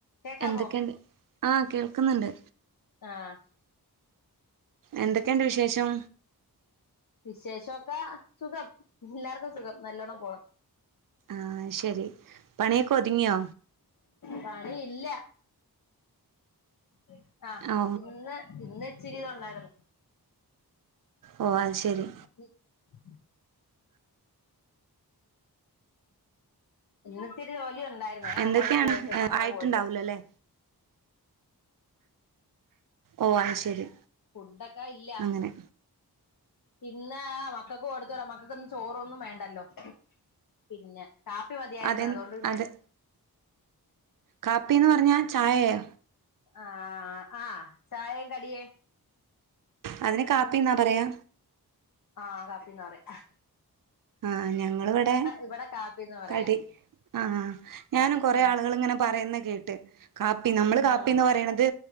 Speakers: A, on the left; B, on the right.
A: കേക്കാമോ
B: എന്തൊക്കെയുണ്ട് ആ കേൾക്കുന്നുണ്ട്
A: ആഹ്
B: എന്തെക്കേണ്ട് വിശേഷം
A: വിശേഷാെക്ക സുഖം എല്ലാർക്കും സുഖം നല്ലോണം പോണം
B: ആഹ് അത് ശെരി പണിയൊക്കാെത്ങ്ങ്യോ
A: പണി ഇല്ലാ <inaudible> ആഹ്
B: ഓ
A: ഇന്ന് ഇന്ന്‌ച്ചിരി തുണ്ടാരുന്നു
B: ഓ അത് ശരി
A: ഇ <unintelligible> ഇന്ന്ത്തിരി ജോലി ഉണ്ടായിരുന്നേ
B: എന്തൊക്കെയാണ്
A: വര് പോയിട്ടും മക്കള്
B: ആയിട്ടുണ്ടാവൂലോ
A: പോയിട്ടും
B: അല്ലേ ഓഹ് അഅ് ശരി
A: ഫുഡ്ഡൊക്കെ ഇല്ല
B: അങ്ങനെ
A: പിന്നാ മക് ക്കക്ക് കൊടുത്തല മക്കക്ക്ന്ന് ചോറൊന്നും വേണ്ടല്ലോ പിന്ന കാപ്പി മതിയാരുന്നു
B: അതെ
A: അതുകൊണ്ട് പിന്നെ
B: അതെ കാപ്പിന്ന് പറഞ്ഞാ ചായയോ?
A: അ ആ ആഹ് ചായെം കടിയേ
B: അതിന് കാപ്പി ന്നാ പറയാ?
A: ആഹ് കാപ്പിന്നാ പറയ
B: ആഹ് ഞങ്ങള് വെടെ
A: ഇവിടെ കാപ്പിന്ന് പറയാ
B: കടി ആഹ് ഞാനും
A: കടി
B: കൊറെേ
A: ആഹ്
B: ആളുകള് ങ്ങനെ പറയുന്ന കേട്ട് കാപ്പി നമ്മള് കാപ്പിന്ന്
A: ആഹ്
B: പറയണത്